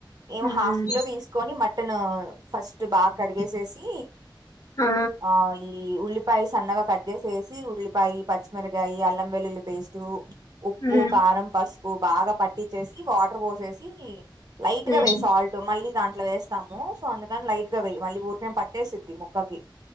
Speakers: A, on the right (about 50°); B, on the left (about 45°).
A: ఏమో
B: హ్మ్.
A: హాఫ్ కిలో తీసుకొని మటనూ ఫస్ ట్ బాగా కడిగేసేసి
B: ఆ!
A: ఆఁ ఈ ఈ ఉల్లిపాయి సన్నగా కట్ చేసి ఏసి ఉల్లిపాయి పచ్చిమిరకాయి అల్లం వెల్లుల్లి పేస్టు ఉప్పు,
B: హ్మ్.
A: కారం, పసుపు బాగా పట్టిచేసి వాటర్ పోసేసి, లైట్
B: హ్మ్.
A: గా వెయ్ సాల్ట్ మళ్ళీ దాంట్లో వేస్తాము సో అందుకని లైట్ గా వెయ్ మళ్ళీ ఊరికనే పట్టేసిద్ది ముక్కకి